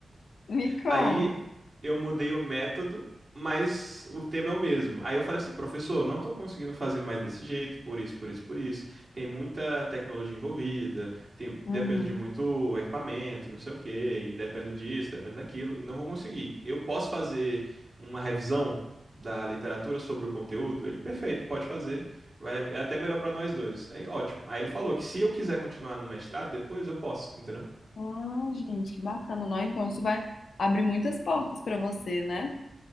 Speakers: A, on the left; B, on the right.
A: Me conta.
B: Aí eu mudei o método, mas o tema é o mesmo. Aí eu falei assim, professor, eu não estou conseguindo fazer mais desse jeito, por isso, por isso, por isso. Tem muita tecnologia envolvida, tem,
A: Uhum.
B: dependo de muito equipamento, não sei o quê, e dependo disso, dependo daquilo, e não vou conseguir. Eu posso fazer uma revisão da literatura sobre o conteúdo? Ele, perfeito, pode fazer. Vai, é até melhor para nós dois. Aí, ótimo. Aí ele falou que se eu quiser continuar no mestrado, depois eu posso, entendeu?
A: Ah, gente, que bacana, não? Então isso vai abrir muitas portas pra você, né?